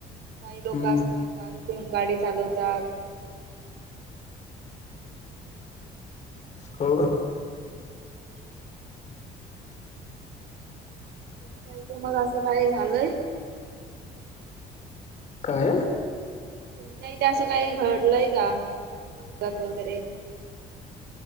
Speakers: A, on the right; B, on the left.
A: काही लोक
B: हम्म
A: असतात दारू पिवून गाडी चालवतात.
B: हो.
A: तुमच्या इथे मग असं काय झालंय?
B: काय?
A: तुमच्या इथे असं काही घडलंय का अपघात वगैरे?